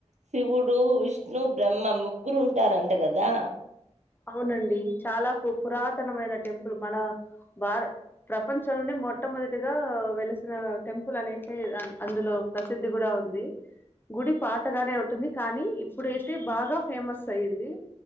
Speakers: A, on the right; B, on the left.
A: శివుడు విష్ణు బ్రమ్మ ముగ్గురు ఉంటారంట గదా
B: అవునండి చాలా పు పురాతనమైన టెంపుల్ మన భార ప్రపంచంలొనే మొట్టమొదటిగా వెలిసిన టెంపుల్ అనేసే అన్ అందులో ప్రసిద్ధి గుడా ఉంది గుడి పాతగానే ఉంటుంది కానీ ఇప్పుడైతే బాగా ఫేమస్ అయ్యింది